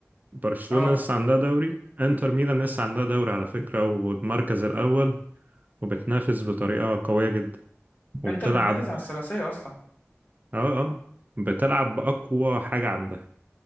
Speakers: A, on the right; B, on the left.
A: برشلونة
B: اه
A: لسه عندها دوري انتر ميلان لسه عندها دوري على فكرة والمركز الأول وبتنافس بطريقة قوية جدا وبتلعب
B: انتر بتنافس على الثلاثيه اصلا
A: اه اه بتلعب بأقوى حاجة عندها